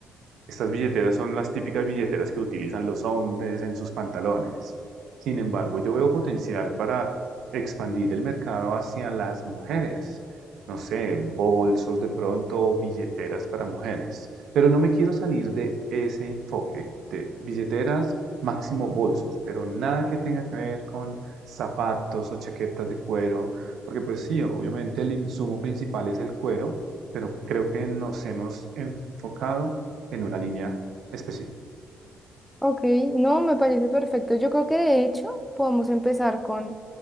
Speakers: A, on the right; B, in the centre.
A: Estas billeteras son las típicas billeteras que utilizan los hombres en sus pantalones. Sin embargo, yo veo potencial para expandir el mercado hacia las mujeres. No sé, bolsos de pronto o billeteras para mujeres. Pero no me quiero salir de ese enfoque de billeteras, máximo bolsos, pero nada que tenga que ver con zapatos o chaquetas de cuero, porque pues sí, obviamente el insumo principal es el cuero, pero creo que nos hemos enfocado en una línea específica.
B: Ok, no, me parece perfecto. Yo creo que de hecho podemos empezar con